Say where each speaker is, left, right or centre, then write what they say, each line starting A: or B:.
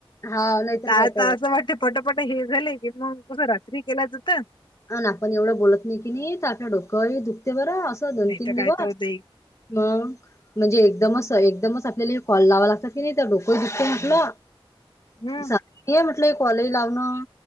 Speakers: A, on the left; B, on the left.
A: हा नाहीतर काय
B: आता
A: तर
B: असं वाटत पटापटा हे झाले की, मग कसं रात्री केला जात.
A: हो. ना आपण एवढं बोलत नाही की नाही, ते. आपलं डोकं. हे दुखते बरं, असं दोन-तीन
B: नाही तर
A: दिवस
B: काय तर होते
A: मग. म्हणजे एकदमच. एकदमच आपल्याला. हे कॉल लावा लागतात की नाही, तर डोकं दुखत म्हटलं.
B: हम.
A: <unintelligible> म्हटलंय कॉल, हे लावणं